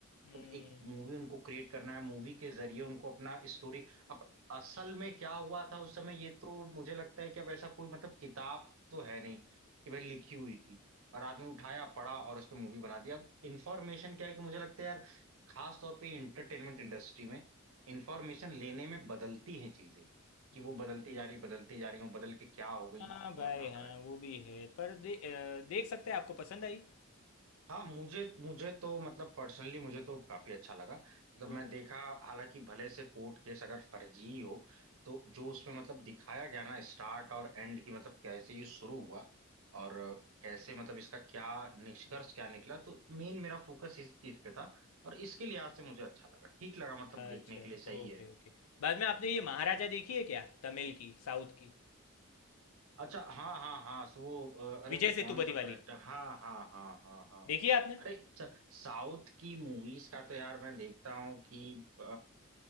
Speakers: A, on the left (about 75°); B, on the right (about 75°).
A: हम्म
B: तब एक मूवी उनको क्रिएट करना है मूवी के जरिए उनको अपना स्टोरी अब असल में क्या हुआ था उस समय ये तो मुझे लगता है कि अब ऐसा कोई मतलब किताब तो है नहीं कि भाई लिखी हुई थी और आदमी उठाया पढ़ा और उस पर मूवी बना दी अब इन्फॉर्मेशन क्या है कि मुझे लगता है यार खास तौर पे इंटरटेनमेंट इंडस्ट्री में इंफॉर्मेशन लेने में बदलती हैं चीजें कि
A: हम्म।
B: वो बदलती जा रही बदलती जा रही वो बदल के क्या हो गई
A: हाँ भाई
B: कौन जान
A: हाँ
B: रहा है
A: वो भी है पर दे, अ, देख सकते हैं आपको पसंद आई
B: हाँ मुझे मुझे तो मतलब पर्सनली मुझे तो काफी अच्छा लगा मतलब
A: Okay
B: मैं
A: okay.
B: देखा हालांकि भले से कोर्ट केस अगर फर्जी ही हो तो जो उसमें मतलब दिखाया गया ना स्टार्ट और एंड की मतलब कैसे ये शुरू
A: हम्म,
B: हुआ
A: हम्म,
B: और कैसे मतलब इसका क्या निष्कर्ष
A: हम्म,
B: क्या निकला तो मेन मेरा फोकस इस चीज पे था और इसके लिहाज से मुझे अच्छा लगा ठीक लगा मतलब
A: हम्म।
B: देखने
A: अच्छा
B: के लिए सही
A: ओके
B: है
A: ओके बाद में आपने ये महाराजा देखी है क्या तमिल की साउथ की
B: अच्छा हाँ हाँ हाँ सो वो अ, अरे
A: विजय
B: वो कौन
A: सेतुपति
B: सा तो
A: वाली
B: एक्टर हाँ हाँ हाँ हाँ हाँ
A: देखी है आपने
B: अरे अच्छा साउथ की मूवीज का तो यार मैं देखता हूँ कि अ,